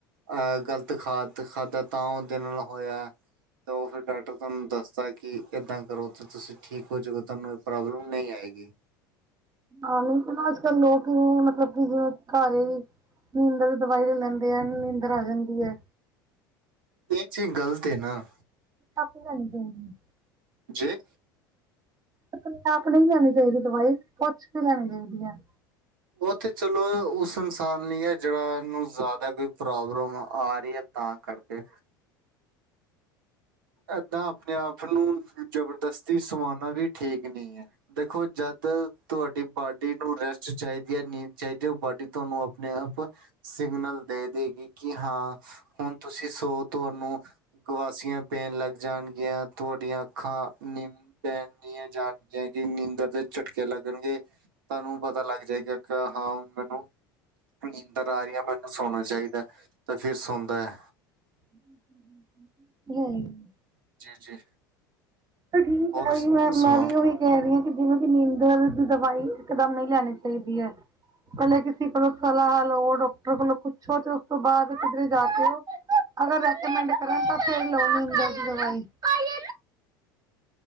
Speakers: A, on the right; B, on the right.
A: ਆ ਗ਼ਲਤ ਖਾਨ ਖਾਧਾਂ ਤਾਂ ਔਹਦੇ ਨਾਲ ਹੋਇਆ। ਤਾਂ ਔਹ ਫਿਰ ਡਾਕਟਰ ਤੁਹਾਨੂੰ ਦੱਸਦਾ ਕਿ ਇਦਾਂ। ਕਰੋ ਤਾਂ ਤੁਸੀ ਠੀਕ ਹੋਜੂਗਾ ਤਹਾਨੂੰ ਇਹ ਪ੍ਰੋਬਲਮ ਨਈ ਆਏਗੀ।
B: ਹਾ ਨ‌ਈਂ ਤੇ ਨਾ ਅੱਜ-ਕੱਲ ਲੋਕ, ਮਤਲਬ ਕਿ ਜਿਵੇ ਘਾਰੇ ਵੀ ਨੀਂਦਰ ਦੀ ਦਵਾਈ ਲਿ ਲੈਂਦੇ ਐ, ਨੀਂਦਰ ਆ ਜਾਂਦੀ ਏ।
A: ਇਹੀ ਚੀਜ਼ ਗਲਤ ਏ ਨਾ
B: ਆਪੇ ਲੈਣੀ ਚਾਈਂਦੀ।
A: ਜੇ
B: ਆਪਣੇ ਆਪ ਨਹੀਂ ਲੈਣੀ ਚਾਹੀਦੀ ਦਵਾਈ, ਪੁੱਛ ਕੇ ਲੈਣੀ ਚਾਹੀਦੀ ਹੈ।
A: ਉਹ ਤੇ ਚਲੋ ਉਸ ਇਨਸਾਨ ਲਈ ਹੈ। ਜਿਹਨਾ ਨੂੰ ਜ਼ਿਆਦਾ ਕੋਈ ਪ੍ਰੋਬਲਮ ਆ ਰਹੀ ਹੈ। ਤਾਂ ਕਰਕੇ ਏਦਾ ਆਪਣੇ ਆਪ ਨੂੰ ਜਬਰਦਸਤੀ ਸਵਾਣਾ ਵੀ ਠੀਕ ਨਹੀ ਹੈ। ਦੇਖੋ ਜਦ ਤੁਹਾਡੀ ਬਾਡੀ ਨੂੰ ਰੈਸਟ ਚਾਹੀਦੀ ਹੈ। ਨੀਂਦ ਚਾਹੀਦੀ ਹੈ। ਉਹ ਬਾਡੀ ਤੁਹਾਨੂੰ ਆਪਣੇ ਆਪ ਸਿਗਨਲ ਦੇ ਦੇਗੀ ਕਿ, ਹਾਂ, ਹੁਣ ਤੁਸੀ ਸੋ ਤੁਹਾਨੂੰ। ਗਵਾਸੀਆਂ ਪੈਣ ਲੱਗ ਜਾਣਗੀਆ, ਤੁਹਾਡੀਆਂ ਅੱਖਾਂ ਨਿੰਮ। ਪੈਣੀਆਂ ਜਾਣਗੀਆ ਕਿ ਨੀਂਦਰ ਦੇ ਝਟਕੇ ਲੱਗਣਗੇ। ਤੁਹਾਨੂੰ ਪਤਾ ਲੱਗ ਜਾਏਗਾ ਕੇ, ਹਾਂ ਹੁਣ ਮੈਨੂੰ ਨੀਂਦਰ ਆਰੀ ਏ ਮੈਨੂੰ ਸੋਣਾ ਚਾਹੀਦਾ ਤੇ ਫੇਰ ਸੌਂਦਾ ਐ।
B: <inaudible> <inaudible> ਯੀ <inaudible>
A: ਜੀ - ਜੀ।
B: ਤੇ ਠੀਕ
A: ਹੋਰ ਸੁਣਾਓ
B: ਹੈ ਮੈਂ ਵੀ ਉਹੀ ਕਿਹ ਰਹੀ ਹਾਂ ਕਿ ਬੋਹੁਤ ਨੀਂਦਰ ਦੀ ਦਵਾਈ ਇਕ ਦਮ ਨਹੀਂ ਲੈਣੀ ਚਾਹੀਦੀ ਹੈ। ਪੈਲੇ ਕਿਸੀ ਕੋਲੋਂ ਸਲਾਹ ਲੋ ਡਾਕਟਰ ਕੋਲੋਂ ਪੁੱਛੋ ਤੇ ਉਸ ਤੋਂ ਬਾਅਦ ਕਿਧਰੇ ਜਾ ਕੇ ਅਗਰ ਰਕਮੈਂਡ ਕਰਨ ਤਾਂ ਫਿਰ ਲੋ ਦਵਾਈ <inaudible> <inaudible> <inaudible>